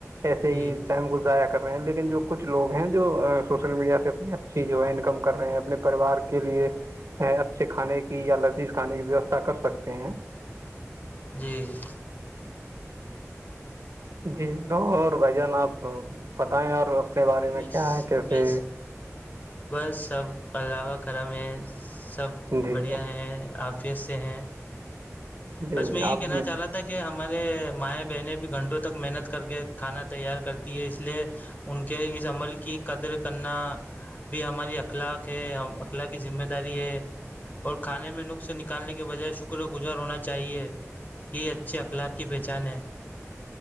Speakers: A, on the right; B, on the left.
A: ایسے
B: جی
A: ہی ٹائم گزایا کر رہے ہیں لیکن جو کچھ لوگ ہیں جو سوشل میڈیا سے اپنی اچھی جو ہے انکم کر رہے ہیں اپنے پریوار کے کے لیے اچھے کھانے کی یا لذیذ کھانے کی ویوستھا کر سکتے ہیں
B: جی
A: جی تو اور بھائی جان آپ پتائیں اور اپنے بارے
B: بس
A: میں کیا ہے کیسے
B: بس بس سب اللہ کرم ہیں سب
A: جی
B: بڑھیا ہیں آفیت سے ہیں
A: جی
B: بس میں یہ
A: آپ
B: کہنا چاہ رہا تھا کہ کہ ہمارے مائیں بہنیں بھی گھنٹوں تک محنت کر کے کھانا تیار کرتی ہے اس لیے ان کے اس عمل کی قدر کرنا بھی ہماری اخلاق ہے ہم اخلاق کی ذمہ داری ہے اور کانے میں نقخ سے نکالنے کے بجائے شکر گزار ہونا چاہیے کہ اچھے اخلاق کی پہچان ہے